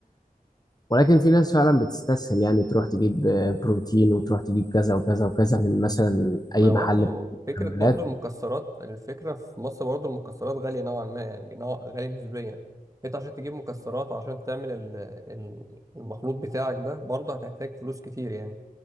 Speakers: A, on the left; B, on the right.
A: ولكن في ناس فعلا بتستسهل يعني تروح تجيب آه، بروتين وتروح تجيب كذا وكذا وكذا من مثلا اي
B: ما
A: محل
B: برضه
A: بتاع
B: فكرة
A: مكملات
B: برضه المكسرات الفكرة في مصر برضه المكسرات غالية نوعا ما يعني نوع غالية نسبيا انت عشان تجيب مكسرات عشان تعمل ال- ال- المخلوط بتاعك ده برضه هتحتاج فلوس كتير يعني